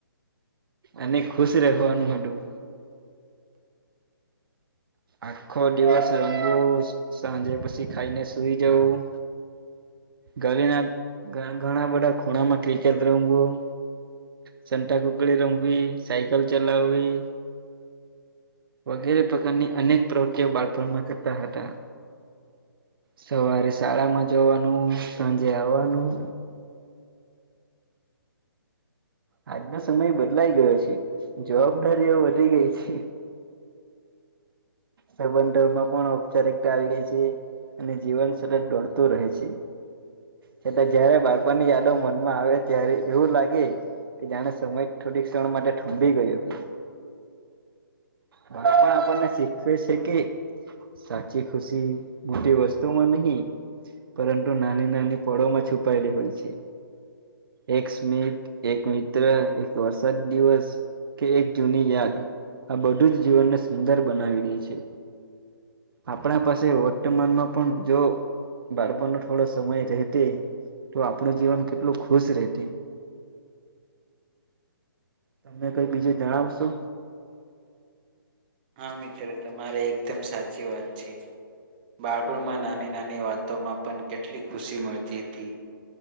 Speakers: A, on the right; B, on the right.
A: અને ખુશ રાખવાનું હતું આખો દિવસ રમવું સાંજે પછી ખાઈને સુઈ જવું ઘરે ના ઘ ઘણા બધા ખૂણામાં ક્રિકેટ રમવું સંતાકુકડી રમવી સાયકલ ચલાવવી વગેરે પ્રકારની અનેક પ્રવૃત્તિઓ બાળપણમાં કરતા હતા સવારે શાળામાં જવાનું સાંજે આવવાનું આજનો સમય બદલાઈ ગયો છે જવાબદારીઓ વધી ગઈ છે સાબંધરમાં પણ ઔપચારિકતા આવી ગઈ છે અને જીવન સતત દોડતું રહે છે છતાં જયારે બાળપન ની યાદો મનમાં આવે ત્યારે એવું લાગે કે જાણે સમય થોડીક ક્ષણ માટે ઠુંંભી ગયો બર પણ આપણને શીખવે છે કે સાચી ખુશી મોટી વસ્તુમાં નહીં પરંતુ નાની નાની પળો માં છુપાયેલી હોય છે એક સ્મિત એક મિત્ર એક વર્સાદ દિવસ કે એક જૂની યાદ આ બધું જ જીવનને સુંદર બનાવી દે છે આપણા પાસે વર્તમાનમાં પણ જો બારપણ થોડો સમય રહે તે તો આપણું જીવન કેટલું ખુશ રહેત તમને કઈ બીજું જણાવશો
B: હા મિત્ર તમારે એકદમ સાચી વાત છે બાળપણમાં નાની નાની વાતોમાં પણ કેટલી ખુશી મળતી હતી